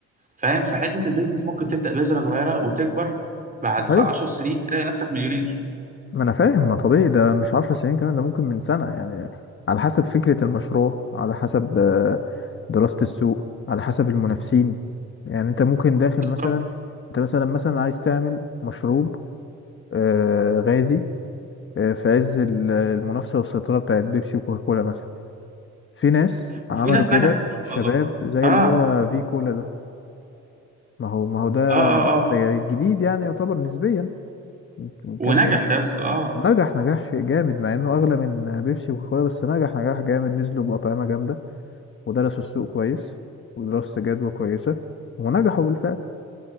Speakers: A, on the right; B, on the left.
A: فاهم فحتة البيزنس ممكن تبدأ بذرة صغيرة وتكبر بعد
B: طيب
A: 10 سنين تلاقي نفسك مليونير
B: ما انا فاهم ما طبيعي ده مش عشر سنين كمان ده ممكن من سنة يعني على حسب فكرة المشروع على حسب آه، دراسة السوق على حسب المنافسين يعني انت ممكن داخل
A: بالظبط
B: مثلا انت مثلا مثلا عايز تعمل مشروب آه، غازي آه، في عز ال- المنافسة والسيطرة بتاعت بيبسي وكوكاكولا مثلا في ناس
A: وفي
B: عملوا
A: ناس
B: كده
A: نجحت سبحان
B: شباب
A: الله
B: زي
A: اه اه
B: اللي هو في كولا ده ما هو ما هو ده
A: اه اه,
B: ده
A: آه.
B: جديد يعني يعتبر نسبيا من من كام
A: ونجح
B: سنة
A: يا اسطى اه
B: ونجح نجاح شيء جامد مع انه اغلى من بيبسي وكوكاكولا بس نجح نجاح جامد نزلوا بأطعمة جامدة ودرسوا السوق كويس ودراسة جدوى كويسة ونجحوا بالفعل